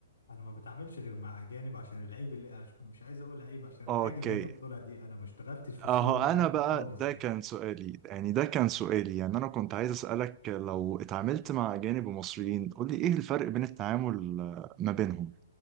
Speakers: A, on the left (about 75°); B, on the right (about 30°).
A: انا ما بتعاملش غير مع اجانب عشان العيب اللي عش- مش عايز اقول عيب عشان الحاجه
B: اوكي
A: اللي انت بتقولها دي انا ما اشتغلتش في السوق
B: اهو
A: المحلي
B: انا بقى
A: ده خالص
B: ده
A: يعني
B: كان سؤالي يعني ده كان سؤالي يعني انا كنت عايز اسالك لو اتعاملت مع اجانب ومصريين قول لي ايه الفرق بين التعامل آه، ما بينهم